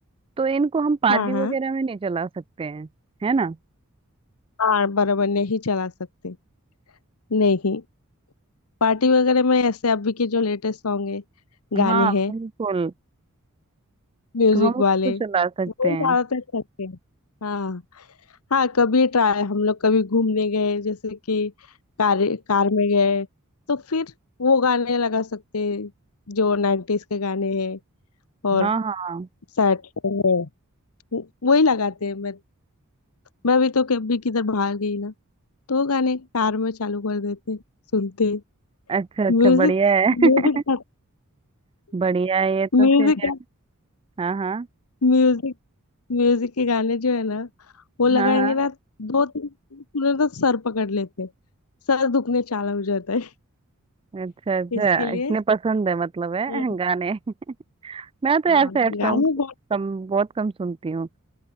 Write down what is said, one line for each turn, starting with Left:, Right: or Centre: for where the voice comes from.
Right: तो इनको हम पार्टी
Left: हाँ हाँ।
Right: वगैरह में नहीं चला सकते हैं है ना
Left: हाँ बराबर नहीं चला सकते नहीं पार्टी वगैरह में ऐसे अभी के जो लेटेस्ट सॉन्ग है गाने
Right: हाँ
Left: हैं
Right: बिल्कुल
Left: म्यूजिक
Right: तो हम उसको
Left: वाले
Right: चला सकते
Left: वही
Right: हैं
Left: ज्यादातर चलते हैं हाँ हाँ कभी ट्राई हम लोग कभी घूमने गए जैसे कि कार कार में गए तो फिर वो गाने लगा सकते हैं जो 90s के गाने हैं और
Right: हाँ हाँ
Left: सैड सॉन्ग है वही लगाते हैं मैं मैं अभी तो कभी किधर बाहर गई ना तो वो गाने कार में चालू कर देते हैं, सुनते हैं।
Right: अच्छा अच्छा
Left: Music
Right: बढ़िया है
Left: music
Right: <laughs> बढ़िया है ये तो
Left: music
Right: फिर हाँ हाँ
Left: music music के गाने जो है ना वो लगाएंगे
Right: हाँ हाँ
Left: ना दो तीन सुने तो सर पकड़ लेते हैं। सर दुखने चाला हो जाता है
Right: अच्छा अच्छा
Left: इसके लिए
Right: इतने पसंद है मतलब है
Left: हम्म,
Right: गाने <laughs> मैं तो
Left: हाँ
Right: यार सैड सॉन्ग
Left: गाने बहुत
Right: कम बहुत कम सुनती हूँ